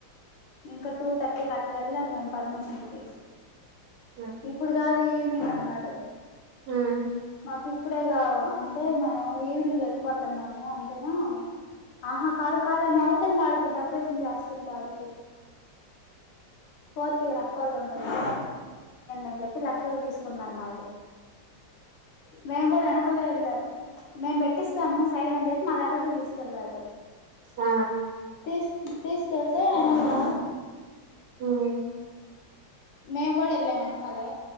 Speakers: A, on the left; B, on the right.
A: ఇంకా టూ తర్టీ కట్లేలదం మేమ్ పర్మిషన్కి
B: ఆ
A: ఇప్పుడు కాదు ఈవినింగ్ అన్నాడు
B: ఉమ్
A: మాకు ఇప్పుడే కా అంటే మము ఈవినింగ్ వెళ్ళిపోత మెము అంటేను ఆహా కాదు కాదు అని వెళ్తుండ వాడికి డెకరేషన్ చేస్తుంటే ఆడికి ఫోర్తియర్ అక్కోళ్ళు ఉంటరుగ అని చెప్పి లక్షలు తీసు కొన్నారు మావి మేం గుడా వెనకలే ఎళ్లాం మేం పెట్టిస్తాము సైన్ అని చెప్పి మా లటర్లు తీసుకెళ్లారు
B: ఆ
A: తీసు తీస్కెళ్తే అనాల్లా
B: ఉమ్
A: మేము కూడా వెళ్ళాం వెనకాలె